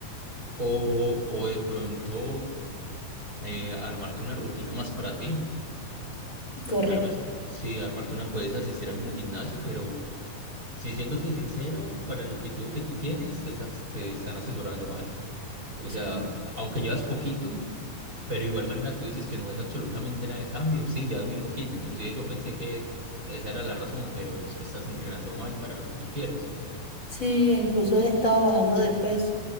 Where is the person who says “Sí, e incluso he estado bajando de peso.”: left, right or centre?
Left